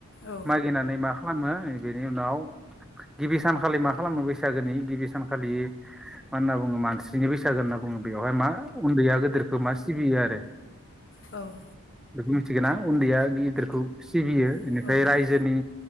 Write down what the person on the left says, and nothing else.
औ
औ
औ
औ